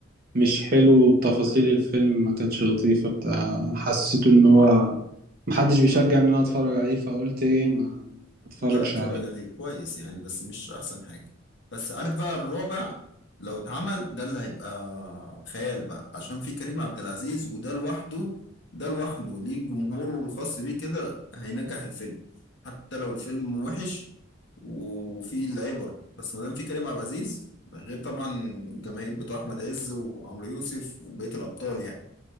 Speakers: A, on the right; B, on the left.
A: مش حلو تفاصيل الفيلم ما كانتش لطيفة بتاع حسيت ان هو محدش بيشجع ان انا اتفرج عليه فقلت ايه ما ما اتفرجش
B: لا اتفرج
A: عليه
B: عليه كويس يعني بس مش احسن حاجة بس عارف بقى الرابع لو اتعمل ده اللي هيبقى خيال بقى عشان في كريم عبد العزيز وده لوحده ده لوحده ليه جمهوره الخاص بيه كده هينجح الفيلم حتى لو الفيلم وحش وفيه العبر بس ما دام في كريم عبد العزيز ده غير طبعا الجماهير بتوع احمد عز وعمرو يوسف وبقية الابطال يعني